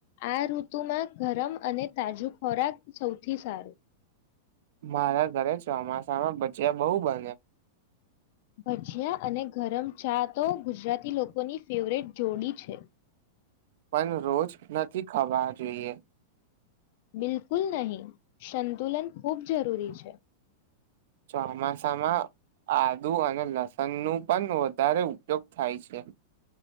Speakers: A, on the left (about 60°); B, on the right (about 65°).
A: આ ઋતુમાં ગરમ, અને તાજો ખોરાક સૌથી સારો
B: મારા ઘરે ચોમાસામાં બચિયા બહુ, બને્યા
A: ભજીયા અને ગરમ ચા તો ગુજરાતી લોકોની ફેવરેટ જોડી છે.
B: પણ રોજ નથી, ખાવા જોઈએ
A: બિલકુલ નહીં, સંતુલન ખૂબ જરૂરી છે
B: ચોમાસામાં આદુ અને લસણનુ પણ વધારે, ઉપયોગ થાય છે.